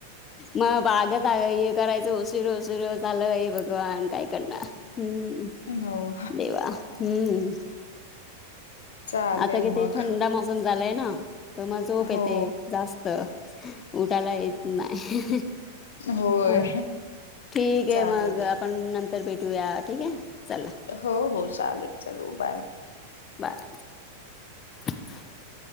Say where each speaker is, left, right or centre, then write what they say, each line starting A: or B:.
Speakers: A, on the left; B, on the left.
A: म बागत हे करायचं उसिर उसिर झालं हे भगवान काय करणार. हम्म,
B: हो
A: देवा हम्म.
B: चालेल
A: आता किती
B: मग
A: थंडा मोसम झालाय ना, तर म जोप
B: हो
A: येते जास्त. उटायला येत नाही,
B: होय
A: हा. ठीक
B: चालेल
A: आहे मग आपण नंतर भेटूया, ठीक हाय चला.
B: हो हो चालेल चलू बाय.
A: बाय. <inaudible>